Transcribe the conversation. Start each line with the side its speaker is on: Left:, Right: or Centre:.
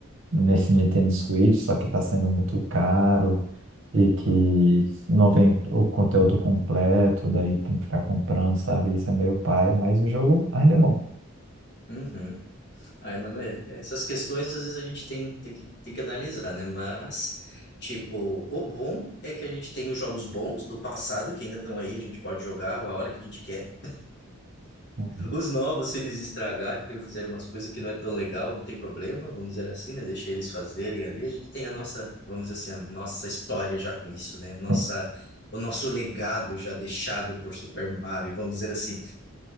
Right: nesse Nintendo Switch, só que tá sendo muito caro e que não vem o conteúdo completo, daí tem que ficar comprando, sabe? Isso é meio pai, mas o jogo ainda é bom.
Left: uhum. Ai, mano, é, essas questões às vezes a gente tem, tem que, tem que analisar, né? Mas, tipo, o bom é que a gente tem os jogos bons do passado que ainda estão aí, a gente pode jogar a hora que a gente quer.
Right: Uhum.
Left: Os novos, se eles estragarem ou fizerem umas coisas que não é tão legal, não tem problema, vamos dizer assim, né? Deixa eles fazerem ali. A gente tem a nossa, vamos dizer assim, a nossa história já com isso, né? Nossa,
Right: Sim,
Left: o nosso legado já deixado por Super Mario, vamos dizer assim.